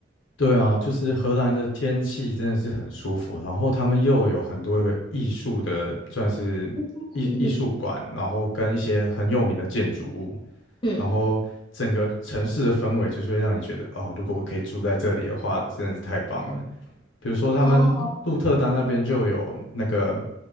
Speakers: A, on the left; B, on the left.
A: 对啊，就是荷兰的天气真的是很舒服，然后他们又有很多个艺术的，算是艺艺术馆，
B: <laughs> 嗯
A: 然后跟一些很有名的建筑物，
B: 嗯，
A: 然后整个城市的氛围就是会让你觉得，
B: 嗯
A: 哦，如果我可以住在这里的话，真的是太棒了。比如说他们鹿特丹那边就有那个，
B: 好好，